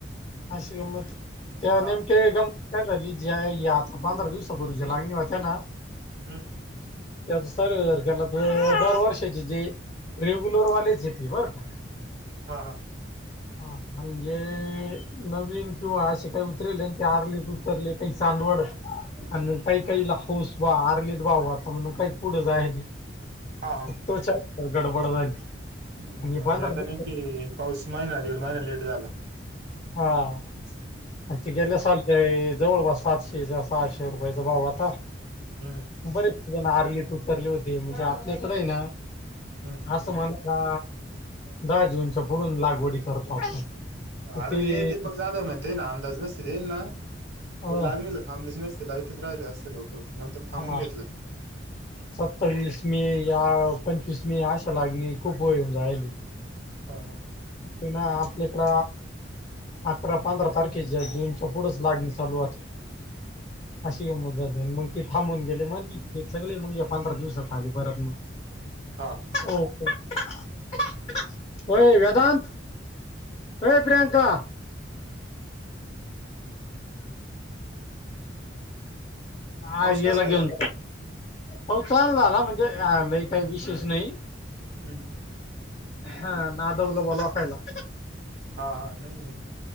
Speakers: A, on the left; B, on the right.
A: अशी गंमत त्या
B: हा
A: नेमक्या काय झाली ज्या या आता पंधरा दिवसा पूर्वीच्या लागणी होत्या, ना?
B: ह.
A: <unintelligible> <unintelligible> बरं का?
B: हा हा.
A: म्हणजे? नवीन किंवा असे काही उतरले ते आरले उतरले काही, चांदवड. आणि काही काहीला हौस बा <unintelligible> म्हणून, काही पुढे जायालीत.
B: हा हा.
A: तो चार गडबड झाली.
B: हम
A: आणि पंधरा
B: नेमका
A: दिवस
B: नेमकी पाऊस महिना, दीड महिना लेट झाला.
A: हा,
B: असं.
A: तिकडल्या <unintelligible> ते जवळ ब सातशे, सहाशे रुपयाच भाव आता.
B: हम्म
A: बरे तझण आरलेत उतरले होते म्हणजे आपल्याकडं आहे ना.
B: हम्.
A: असं म्हणा दहा जूनच्या पुढून लागवडी करतो आपण. तर
B: अरे
A: ते
B: ये दीपक जाधव म्हणतेय ना. लजनेस देईल ना
A: अ
B: तर लागणी लथांब लजनेस लाईथच राहिले असं लोक. नंतर थांबून
A: हा
B: घेतलं.
A: सत्तावीस मे या पंचवीस मे अशा लागणी खूप वयऊन राहिली.
B: हा हा.
A: ते ना आपल्याकड अकरा पंधरा तारखेच्या जूनच्या पुढेच लागणी चारुवात आहे अशी गमत झाली मग. ते थांबून
B: हम्म.
A: गेले म्हण सगळे म्हणजे पंधरा दिवसात आले परत मग.
B: हा.
A: ओके <unintelligible> <unintelligible> होय वेदांत हो प्रियंका.
B: पाऊस
A: आ याला
B: कस काय
A: घेऊन
B: झाला?
A: हो, छान झाला म्हणजे लय काही विशेष नाही.
B: हमं ह.
A: हा ना दवला ब खयला.
B: हा हा नाही नाही